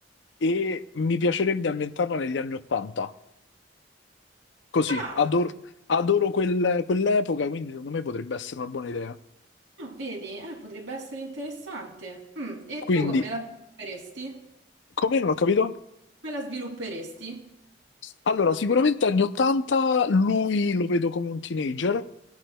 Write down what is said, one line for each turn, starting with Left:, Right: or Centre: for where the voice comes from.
Left: e mi piacerebbe ambientarla negli anni Ottanta. Così,
Right: Ah,
Left: adoro, adoro quel- quell'epoca, quindi secondo me potrebbe essere una buona idea.
Right: ah, vedi? Eh, potrebbe essere interessante. Mm, E
Left: Quindi,
Right: tu come la faresti?
Left: come non ho capito?
Right: Come la svilupperesti?
Left: Allora, sicuramente anni 80 lui lo vedo come un teenager,